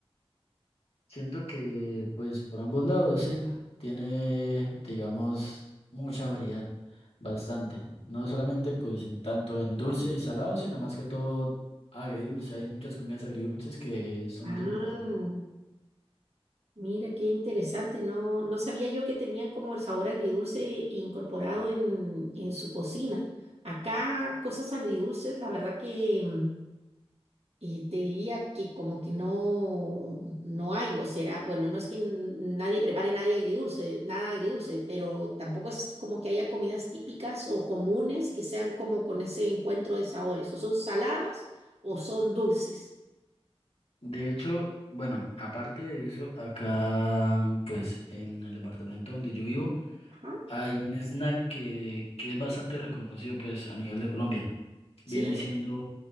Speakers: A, on the left; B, on the right.
A: Siento que pues por ambos lados, sí, tiene digamos mucha variedad. Bastante, no solamente pues en tanto en dulce y salado, sino más que todo agridulce. Hay muchas comidas agridulces que son
B: Ah.
A: típicas.
B: Mira, qué interesante. No, no sabía yo que tenían como el sabor agridulce incorporado en, en su cocina. Acá cosas agridulces, la verdad que mm, y te diría que como que no, no hay, o será, bueno, no es que n- nadie prepare nadie agridulce, nada agridulce, pero tampoco es como que haya comidas típicas o comunes que sean como con ese encuentro de sabores, o son saladas o son dulces.
A: De hecho, bueno, aparte de eso, acá, pues, en el departamento donde yo vivo,
B: Ajá,
A: hay un snack que, que es bastante reconocido, pues, a nivel de Colombia. Viene
B: ¿sí?
A: siendo